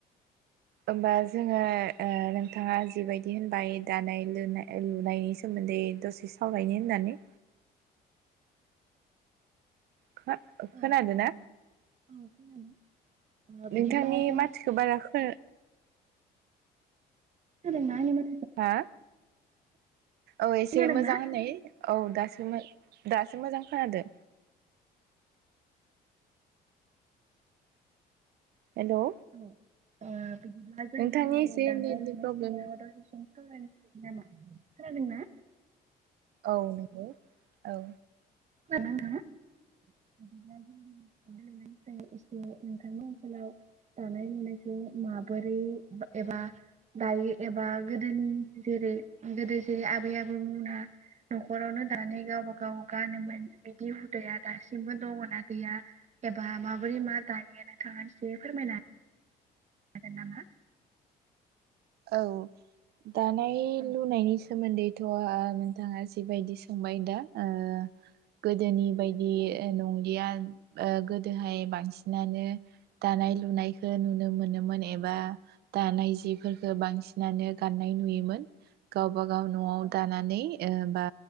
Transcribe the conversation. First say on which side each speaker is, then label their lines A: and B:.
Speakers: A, on the right; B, on the right.
A: ओमबा जोङो
B: औ
A: ओ नोंथाङा जिबायदि होनबाय दानाय लुनाय लुनायनि सोमोन्दै दसे सावरायनो होननानै। खा
B: औ
A: खोनादो ना
B: औ खोनादों
A: नोंथांनि
B: बिदिब्ला जों
A: माथोखो
B: दिनै
A: बारा खो
B: खोनादों ना आंनि माथ
A: हा औ एसे
B: खोनादोंना
A: मोजां होननाय । औ दासो मो दासो मोजां खोनादो। हेलौ
B: औ ओ बिदिब्ला जों
A: नोंथांनि
B: दिनै
A: एसे
B: दानाय
A: नेटनि
B: लुनाय
A: प्रब्लेम
B: सायाव दसे सम <unintelligible> खोनादोंना ना?
A: औ नंगौ औ
B: जानाङा बिदिब्ला एसे जों दिनै एसे नोंथांनि ओनसोलाव दानाय लुनायखौ माबोरै एबा दायो एबा गोदोनि जेरै गोदो जेरै आबै आबौमोना न'खरावनो दानाय गावबा गाव गानोमोन बिदि हुदाया दासिम बो दङ ना गैया एबा माबोरै मा दायो नोंथाङा इसे फोरमायना हाग हागोन नामा?
A: औ दानाय
B: औ
A: लुनायनिसो सोमोन्दैथ' ओ नोंथाङा जिबायदि सोंबाय दा ओ गोदोनि बायदि ओ नंलिया ओ गोदोहाय बांसिनानो दानाय लुनायखौ नुनो मोनोमोन एबा दानाय जिफोर बांसिनानो गाननाय नुयोमोन गाव गावबाागाव न'आव
B: औ
A: दानानै ओ बा